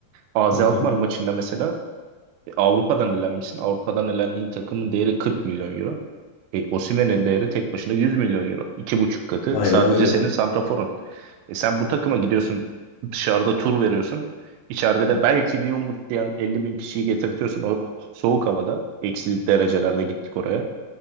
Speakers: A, on the right (about 80°); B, on the left (about 85°).
A: AZ
B: Hı
A: Alkmaar
B: hı.
A: maçında mesela e, Avrupa'dan elenmişsin. Avrupa'dan elendiğin takımın değeri 40 milyon euro. E, Osimhen'in değeri tek başına 100 milyon euro. İki buçuk katı.
B: Aynen
A: Sadece
B: öyle.
A: senin santraforun. E, sen bu takıma gidiyorsun. Dışarıda tur veriyorsun. İçeride de belki bir umut diyen 50 bin kişiyi getirtiyorsun o soğuk havada. Eksi derecelerde gittik oraya.